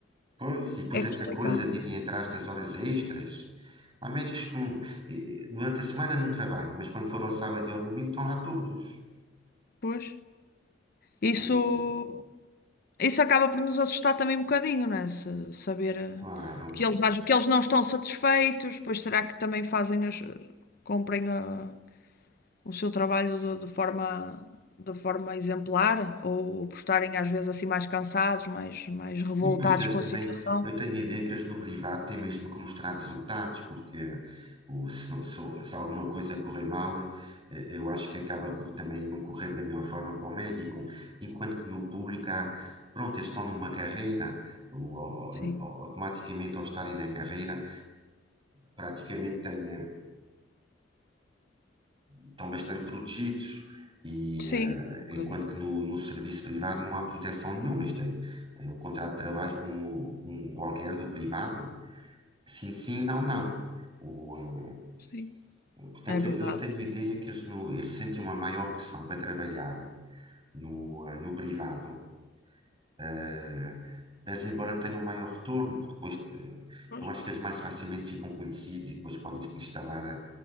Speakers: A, on the right (about 30°); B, on the left (about 55°).
A: Pois, e depois
B: É, é complicado.
A: essa coisa de irem atrás das horas extras. Há médicos que hum, eh, eh, durante a semana não trabalham, mas quando for ao sábado e ao domingo estão lá todos.
B: Pois. Isso.
A: O,
B: isso acaba por nos assustar também um bocadinho, não é? Se- saber eh,
A: claro.
B: que eles, às- que eles não estão satisfeitos, pois será que também fazem as, cumprem eh, o seu trabalho de, de forma, de forma exemplar? Ou por estarem às vezes assim mais cansados, mais, mais revoltados
A: E depois eles
B: com
A: também,
B: a situação?
A: eu tenho a ideia que eles no privado têm mesmo que mostrar resultados, porque o- se, se- se alguma coisa correr mal, eh, eu acho que acaba por também não correr da melhor forma para o médico, enquanto que no público há, pronto, eles estão numa carreira, ou-
B: Sim,
A: ou- automaticamente ao estarem na carreira, praticamente têm a, estão bastante protegidos, e
B: sim,
A: eh,
B: um bocadinho,
A: enquanto que no, no serviço privado não há proteção nenhuma. Isto é, é um contrato de trabalho como um qualquer do privado. Sim, sim, não, não. O, eh,
B: sim,
A: portanto,
B: é verdade.
A: eu tenho a ideia que eles, no, eles sentem uma maior pressão para trabalhar no, eh, no privado ah, mas embora tenham um maior retorno, porque depois eh,
B: Pois.
A: eu acho que eles mais facilmente ficam conhecidos e depois podem se instalar, a-